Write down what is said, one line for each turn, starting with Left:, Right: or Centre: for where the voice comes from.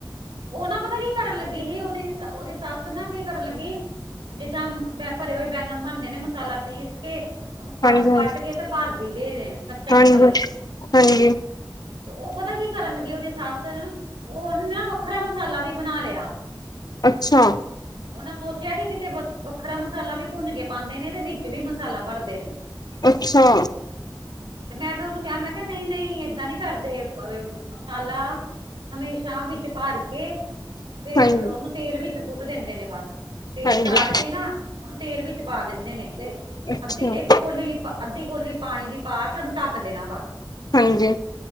Right: ਉਹ ਨਾ ਪਤਾ ਕੀ ਕਰਨ ਲੱਗੀ ਸੀ ਉਹਦੀ, ਉਹਦੀ ਸੱਸ ਨਾ ਕੀ ਕਰਨ ਲੱਗੀ ਜਿੱਦਾਂ ਭਰੇ ਹੋਏ ਬੈਂਗਣ ਬਣਦੇ ਨੇ ਮਸਾਲਾ ਪੀਸ ਕੇ ਉਹਨੂੰ ਕੱਟ-ਕੱਟ
Left: ਹਾਂਜੀ
Right: ਕੇ ਤੇ ਭਾਰਦੀ ਦੇ, ਦੇ ਕੱਚਾ
Left: ਹਾਂਜੀ
Right: ਮਸਾਲਾ ਹੀ।
Left: ਹਾਂਜੀ
Right: ਤੇ ਉਹ ਪਤਾ ਕੀ ਕਰਨ ਲੱਗੀ ਉਹਦੀ ਸੱਸ ਉਹ ਉਹਨੇ ਨਾ ਵੱਖਰਾ ਮਸਾਲਾ ਵੀ ਬਣਾ ਲਿਆ।
Left: ਅੱਛਾ
Right: ਉਹਨਾਂ ਸੋਚਿਆ ਕਿ ਕਿਤੇ ਵੱਖਰਾ ਮਸਾਲਾ ਵੀ ਭੁੰਨ ਕੇ ਪਾਉਂਦੇ ਨੇ ਤੇ ਵਿੱਚ ਵੀ ਮਸਾਲਾ ਭਰਦੇ ਨੇ।
Left: ਅੱਛਾ
Right: ਤੇ ਮੈਂ ਫਿਰ ਉਹਨੂੰ ਕਿਹਾ ਮੈਂ ਕਿਹਾ ਨਈਂ-ਨਈਂ ਏਦਾਂ ਨੀ ਕਰਦੇ ਮਸਾਲਾ ਹਮੇਸ਼ਾ ਵਿੱਚ ਭਰ ਕੇ ਫੇਰ
Left: ਹਾਂਜੀ
Right: ਉਹਨੂੰ ਤੇਲ ਵਿੱਚ ਸੁੱਟ ਦਿੰਦੇ ਨੇ ਬਸ। ਤੇਲ
Left: ਹਾਂਜੀ
Right: ਸਾੜ ਕੇ ਨਾ ਉਹਨੂੰ ਤੇਲ ਵਿੱਚ ਪਾ ਦਿੰਦੇ ਨੇ ਤੇ
Left: ਅੱਛਾ
Right: ਅੱਧੀ ਇੱਕ ਕੋਲੀ ਅੱਧੀ ਕੋਲੀ ਪਾਣੀ ਦੀ ਪਾ ਕੇ ਉਹਨੂੰ ਢੱਕ ਦੇਣਾ ਬਸ।
Left: ਹਾਂਜੀ